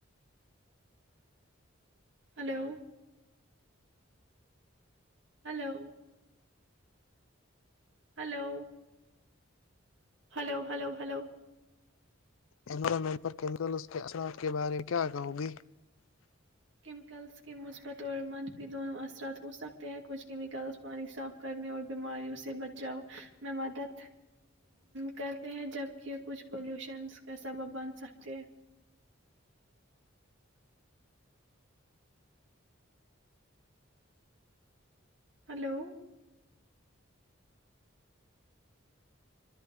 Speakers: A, on the right; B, on the left.
A: hello hello hello hello hello hello
B: انورٹ پر کے اثرات کے بارے میں کیا کہو گی
A: کیمیکلس کے مثبت اور منفی دونوں اثرات ہو سکتے ہیں کچھ کیمیکلز پانی صاف کرنے اور بیماریوں سے بچاؤ میں مدد کرتے ہیں جبکہ کچھ پلیوشنز کا سبب بن سکتے ہیں ہلو